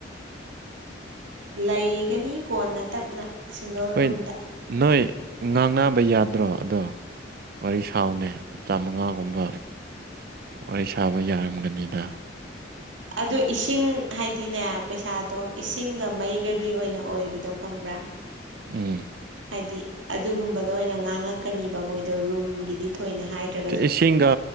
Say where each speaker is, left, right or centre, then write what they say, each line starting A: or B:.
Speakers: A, on the right; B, on the right.
A: ꯂꯩꯒꯅꯤ ꯀꯣꯟꯅ ꯇꯞꯅ ꯁꯤꯡꯒꯜ
B: ꯍꯣꯏ
A: ꯔꯨꯝꯗ
B: ꯅꯣꯏ ꯉꯥꯡꯅꯕ ꯌꯥꯗ꯭ꯔꯣ ꯑꯗꯣ ꯋꯥꯔꯤ ꯁꯥꯎꯅꯦ ꯗꯥ ꯃꯉꯥꯜꯒꯨꯝꯕ ꯋꯥꯔꯤ ꯁꯥꯕ ꯌꯥꯔꯝꯒꯅꯤꯗ
A: ꯑꯗꯨ ꯏꯁꯤꯡ ꯍꯥꯏꯗꯤꯅꯦ ꯄꯩꯁꯥꯗꯣ ꯏꯁꯤꯡꯒ ꯃꯩꯒꯒꯤ ꯑꯣꯏꯅ ꯑꯣꯏꯕꯗꯣ ꯈꯪꯕ꯭ꯔ
B: ꯎꯝ
A: ꯍꯥꯏꯗꯤ ꯑꯗꯨꯒꯨꯝꯕꯗ ꯑꯣꯏꯅ ꯉꯥꯡꯉꯛꯀꯅꯤꯕ ꯃꯣꯏꯗꯣ ꯔꯨꯝꯒꯤꯗꯤ ꯊꯣꯏꯅ ꯍꯥꯏꯗ꯭ꯔꯒꯖꯨ
B: ꯏꯁꯤꯡꯒ